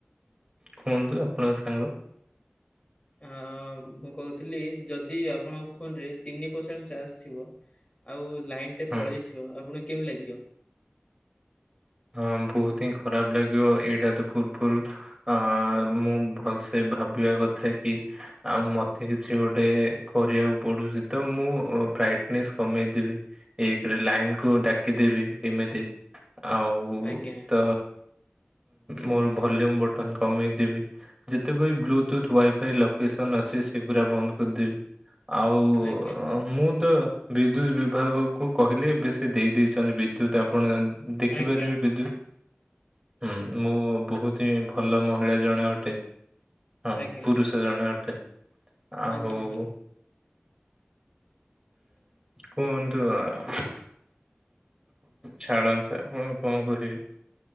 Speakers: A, on the right; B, on the left.
A: କୁହନ୍ତୁ ଆପଣଙ୍କ ସାଙ୍ଗ।
B: ଆଁ ମୁଁ କହୁଥିଲି ଯଦି ଆପଣଙ୍କ ଫୋନରେ ତିନି ପରସେଣ୍ଟ ଚାର୍ଜ ଥିବ। ଆଉ ଲାଇନ ଟେ
A: ହଁ
B: ପଳେଇଥିବ ଆପଣଙ୍କୁ କେମିତି ଲାଗିବ?
A: ହଁ ବହୁତ ହିଁ ଖରାପ ଲାଗିବ ଏଇଟା ତ ପୂର୍ବରୁ ଆଁ ମୁଁ ଭଲସେ। ଭାବିବା କଥା କି ଆଉ ମତେ କିଛି ଗୋଟେ କରିବାକୁ ପଡୁଛି ତ ମୁଁ। ବ୍ରାଇଟନେସ୍ କମେଇଦେବି ଏକରେ ଲାଇନ କୁ ଡାକିଦେବି ଏମିତି। ଆଉ
B: ଆଜ୍ଞା
A: ତ। ମୋର ଭଲ୍ୟୁମ ବଟନ କମେଇଦେବି ଯେତେକ ବି ବ୍ଲୁଟୁଥ ୱାଇଫାଇ ଲୋକେସନ ଅଛି। ସେ ସେଗୁରା ବନ୍ଦ କରିଦେବି ଆଉ
B: ଆଜ୍ଞା
A: ମୁଁ ତ ବିଦ୍ୟୁତ ବିଭାଗକୁ। କୁ କହିଲି ବି ସେ ଦେଇେ ଦେଇଛନ୍ତି ବିଦ୍ୟୁତ ଆପଣ। ଦେଖିପାରିବେ
B: ଆଜ୍ଞା
A: ବିଦୁତ୍ ହୁଁ ମୁଁ ବହୁତ ହିଁ ଭଲ ମହିଳା ଜଣେ ଅଟେ। ହଁ
B: ଆଜ୍ଞା
A: ପୁରୁଷ ଜଣେ ଅଟେ ଆଉ।
B: ଆଜ୍ଞା
A: ହୁଁ କୁହନ୍ତୁ ଆଉ। ଛାଡ଼ନ୍ତୁ ଆପଣ କଣ କହିବେ